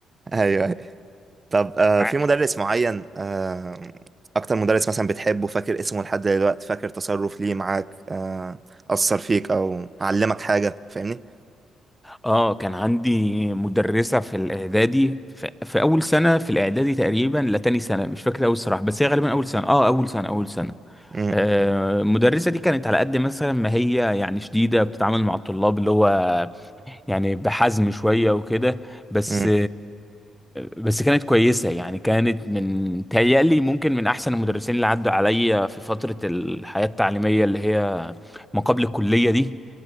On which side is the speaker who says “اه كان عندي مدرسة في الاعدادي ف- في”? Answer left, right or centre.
Centre